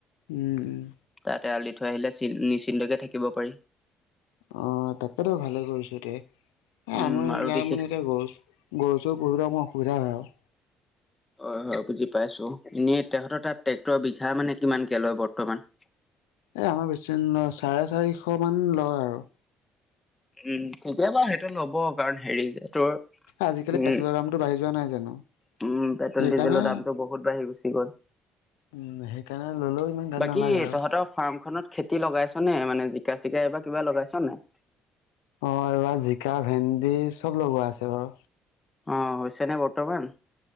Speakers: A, on the left; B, on the left.
A: উম,
B: তেৰাল দি থৈ আহিলে নিশ্চিন্তকে থাকিব পাৰি।
A: অহ, তাকেতো ভালে কৰিছো দে। এ
B: উম
A: আমাৰ এইবিলাক
B: আৰু বিশেষ
A: মানে এতিয়া গছ গছছ পবলৈ আমাৰ অসুবিধা হয় আৰু।
B: হয় হয় বুজি পাইছো এনে তহঁতৰ তাত ট্ৰেক্টৰৰ বিঘা মানে কিমানকে লয় বৰ্তমান <inaudible>
A: এ আমাৰ বেছি নলয় চাৰে চাৰিশ মান লয় আৰু
B: উম কেতিয়াবা হেতু ল'ব কাৰণ হেৰি যে তোৰ
A: আজিকালি
B: উম
A: পেটোলৰ দামটো বাঢ়ি যোৱা নাই জানো
B: উম পেট্ৰল
A: সেইকাৰণে
B: ডিজেলৰ দামটো বহুত বাঢ়ি গুচি গ'ল
A: উম সেইকাৰণে ললেও ইমান গাত
B: বাকী
A: নালাগে আৰু
B: তহঁতৰ ফাৰ্মখনত খেতি লগাইছ নে মানে জিকা চিকা এইবা কিবা লগাইছন নাই
A: অ', এইবাৰ জিকা ভেন্দি চব লব আছে বাৰু
B: অ', হৈছেনে বৰ্তমান